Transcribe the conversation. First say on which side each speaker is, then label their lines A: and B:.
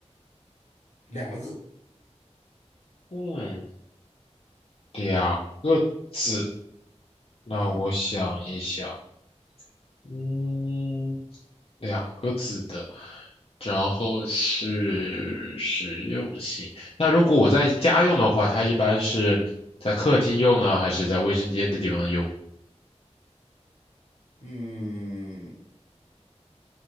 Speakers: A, on the left (about 80°); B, on the left (about 55°).
A: 两个字。
B: 嗯，两个字。那我想一想。
A: 嗯
B: 嗯，两个字的，然后是实用性。那如果我在家用的话，它一般是在客厅用呢，还是在卫生间的地方用？
A: 嗯，